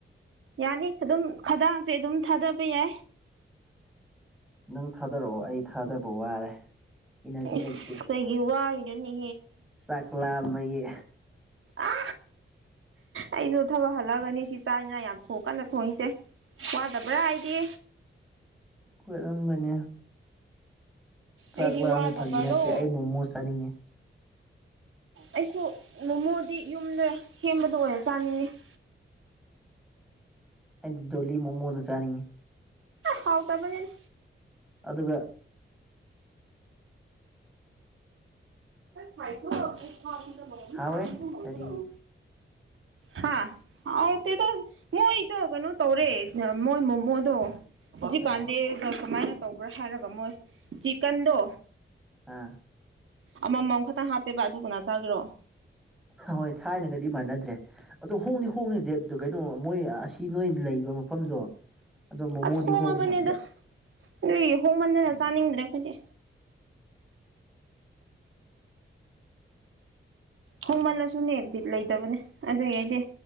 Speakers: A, on the right; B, in the centre.
A: ꯌꯥꯅꯤ ꯑꯗꯨꯝ ꯈꯗꯥꯡꯁꯦ ꯑꯗꯨꯝ ꯊꯥꯗꯕ ꯌꯥꯏ
B: ꯅꯪ ꯊꯥꯗꯔꯛꯑꯣ ꯑꯩ ꯊꯥꯗꯕ ꯋꯥꯔꯦ ꯏꯅꯔꯖꯤ
A: ꯏꯁꯁ
B: ꯂꯩꯇꯦ
A: ꯀꯩꯒꯤ ꯋꯥꯔꯤꯅꯣꯅꯦ
B: ꯆꯥꯛ ꯂꯥꯝꯕꯒꯤ
A: ꯍ ꯑꯩꯁꯨ ꯊꯕꯛ ꯍꯜꯂꯛꯒꯅꯤ ꯁꯤ ꯆꯥꯛ ꯏꯅꯥ ꯌꯥꯝ ꯊꯣꯛ ꯀꯟꯅ ꯊꯣꯡꯉꯁꯦ ꯋꯥꯋꯥꯗꯕ꯭ꯔ ꯍꯥꯏꯗꯤ
B: ꯑꯣꯏꯔꯝꯒꯅꯦ ꯆꯥꯛ
A: ꯑꯩꯗꯤ
B: ꯂꯥꯛꯑꯝꯃꯦ
A: ꯋꯥꯗꯕꯔꯣ
B: ꯐꯥꯒꯤ ꯅꯠꯇꯦ ꯑꯩ ꯃꯣꯃꯣ ꯆꯥꯅꯤꯡꯉꯦ
A: ꯑꯩꯁꯨ ꯃꯣꯃꯣꯗꯤ ꯌꯨꯝꯗ ꯁꯦꯝꯕꯗ ꯑꯣꯏꯔ ꯆꯥꯅꯤꯡꯉꯤ <unintelligible>
B: ꯑꯩꯗꯤ ꯗꯣꯂꯤ ꯃꯣꯃꯣꯗ ꯆꯥꯅꯤꯡꯉꯤ
A: ꯍꯥꯎ ꯇꯕꯅꯤꯅ
B: ꯑꯗꯨꯒ
A: ꯊꯥꯏꯗ ꯂ ꯈꯗ ꯂ
B: ꯍꯥꯎꯋꯦ
A: ꯆꯥꯛꯕ
B: ꯀꯔꯤ
A: ꯂꯑꯣ ꯍꯥꯥ ꯍꯥꯎꯗ ꯃꯣꯏꯗ ꯀꯩꯅꯣ ꯇꯧꯔꯦ ꯃꯣꯏ ꯃꯣꯃꯣꯗꯣ ꯍꯧꯖꯤꯛꯀꯥꯟꯗꯤ
B: ꯑꯥ
A: ꯀꯃꯥꯏꯅ ꯇꯧꯕ꯭ꯔꯥ ꯍꯥꯏꯔꯒ ꯃꯣꯏ ꯆꯤꯀꯟꯗꯣ
B: ꯑ
A: ꯑꯃꯃꯝ ꯈꯇꯪ ꯍꯥꯞꯄꯦꯕ ꯑꯗꯨ ꯀꯅꯥ ꯆꯥꯒꯤꯔꯣ
B: ꯍꯣꯏ ꯊꯥꯏꯅꯒꯗꯤ ꯃꯥꯟꯅꯗ꯭ꯔꯦ ꯑꯗꯣ ꯍꯣꯡꯅꯤ ꯍꯣꯡꯉꯦꯗꯤ ꯑꯗꯨ ꯀꯩꯅꯣ ꯃꯣꯏ ꯑꯁꯤ ꯅꯣꯏ ꯂꯩꯕ ꯃꯐꯝꯗꯣ ꯑꯗꯣ ꯃꯣꯃꯣꯗꯤ
A: ꯑꯁ ꯍꯣꯡꯉꯕꯅꯦꯗ
B: ꯍꯣꯡꯉꯦ ꯑꯗꯨꯗ
A: ꯅꯏ ꯍꯣꯡꯃꯟꯗꯅ
B: ꯎꯝ
A: ꯆꯥꯅꯤꯡꯗ꯭ꯔꯦ ꯐꯗꯤ ꯍꯣꯡꯃꯜꯂꯁꯨꯅꯦ ꯕꯤꯠ ꯂꯩꯇꯕꯅꯦ ꯑꯗꯨꯒꯤ ꯑꯩꯗꯤ